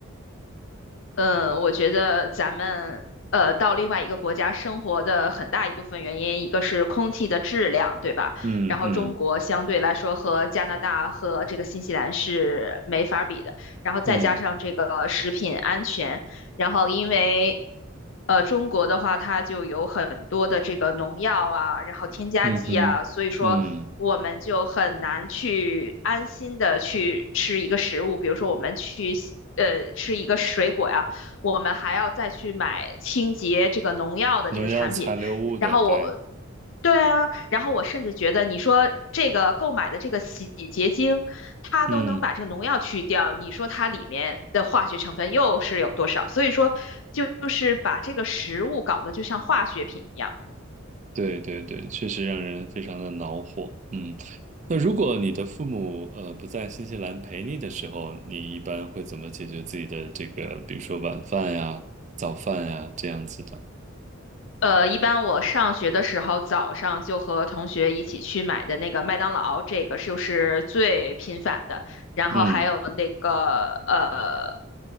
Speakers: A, on the left; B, on the right.
A: 嗯，我觉得咱们呃到另外一个国家生活的很大一部分原因，一个是空气的质量，对吧？
B: 嗯嗯。
A: 然后中国相对来说和加拿大和这个新西兰是没法比的，然后再加上这个食品安全，
B: 嗯
A: 然后因为呃中国的话，它就有很多的这个农药啊，然后添加剂啊，
B: 嗯哼，
A: 所以说。
B: 嗯，
A: 我们就很难去安心的去吃一个食物，比如说我们去呃吃一个水果呀。我们还要再去买清洁这个农药的这个产品。
B: 农药残留物的，
A: 然后我，
B: 对，
A: 对啊，然后我甚至觉得你说这个购买的这个洗洁精，它都能把这个农药去掉，
B: 嗯，
A: 你说它里面的化学成分又是有多少？所以说，就就是把这个食物搞得就像化学品一样。
B: 对对对，确实让人非常的恼火。嗯，那如果你的父母呃不在新西兰陪你的时候，你一般会怎么解决自己的这个，比如说晚饭呀、早饭呀这样子的？
A: 呃，一般我上学的时候，早上就和同学一起去买的那个麦当劳，这个就是最频繁的。然后还有那个呃
B: 嗯